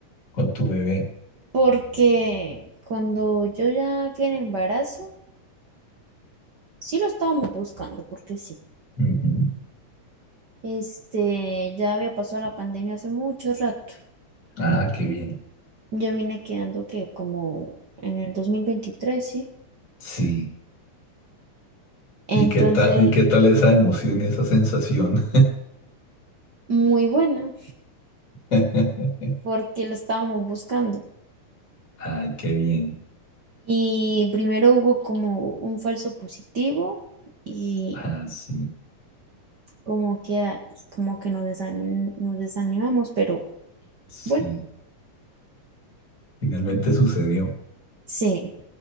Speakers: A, on the left; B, on the right.
A: con tu bebé.
B: porque cuando yo ya quedé en embarazo, sí lo estábamos buscando, porque sí.
A: Ujú.
B: Este, ya había pasado la pandemia hace mucho rato.
A: Ah, qué bien.
B: Yo vine quedando que como en el 2023, sí.
A: Sí.
B: Entonces,
A: ¿Y qué tal, y qué tal esa emoción y esa sensación?
B: muy buena
A: <laughs>
B: porque lo estábamos buscando.
A: Ay, qué bien.
B: Y primero hubo como un falso positivo y
A: Ah, sí,
B: como que, a- y como que nos desanim- nos desanimamos, pero
A: sí.
B: bueno,
A: Finalmente sucedió.
B: sí,